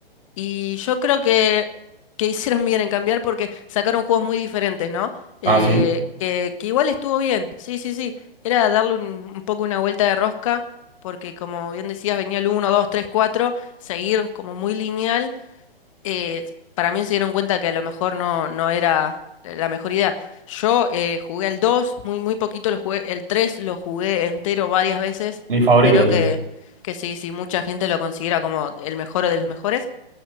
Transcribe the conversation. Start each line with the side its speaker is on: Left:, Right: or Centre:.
Left: y yo creo que, que hicieron bien en cambiar porque sacaron juegos muy diferentes, ¿no? Eh,
Right: Ah, sí.
Left: que, que igual estuvo bien, sí, sí, sí, era darle un, un poco una vuelta de rosca, porque como bien decías, venía el uno 2 3 4 seguir como muy lineal, eh, para mí se dieron cuenta que a lo mejor no, no era la mejor idea. Yo eh, jugué al 2 muy, muy poquito lo jugué, el 3 lo jugué entero varias veces.
Right: Mi favorito
Left: Creo
Right: es
Left: que,
Right: ese.
Left: que sí, sí, mucha gente lo considera como el mejor de los mejores.